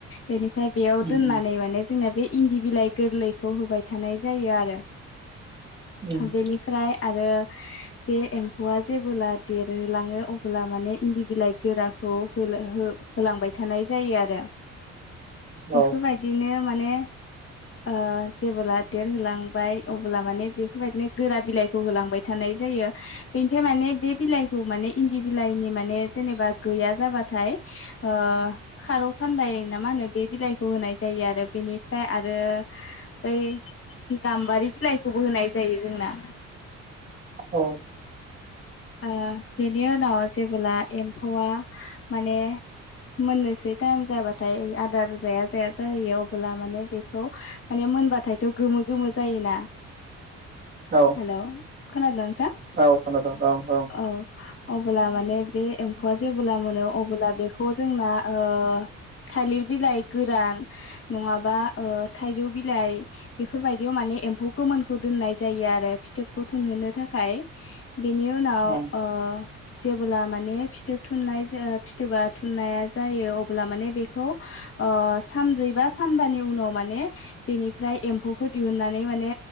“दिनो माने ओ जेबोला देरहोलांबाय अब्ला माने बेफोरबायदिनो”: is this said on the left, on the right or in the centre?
Left